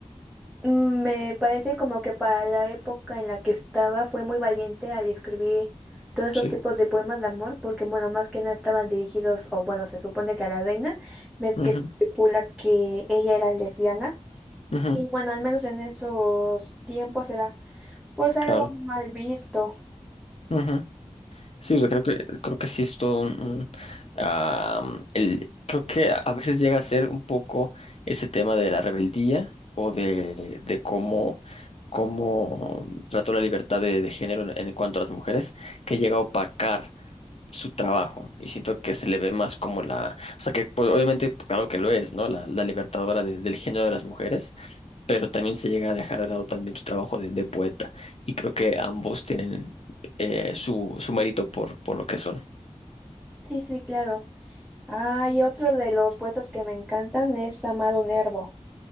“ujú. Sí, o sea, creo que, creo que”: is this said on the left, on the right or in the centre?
Left